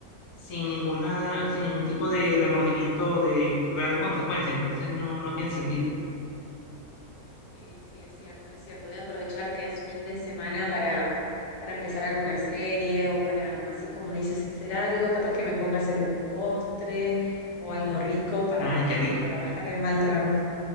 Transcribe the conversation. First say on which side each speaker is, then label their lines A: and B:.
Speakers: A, on the left; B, on the left.
A: sin ninguna, sin ningún tipo de remordimiento o de real consecuencia, entonces no, no tiene sentido.
B: Eh, sí, es cierto, es cierto. Voy a aprovechar que es fin de semana para, para empezar alguna serie o para, así como dices, hacer algo. Capaz que me ponga a hacer un postre o algo rico para,
A: Ay, qué rico.
B: para bajar el mal trago.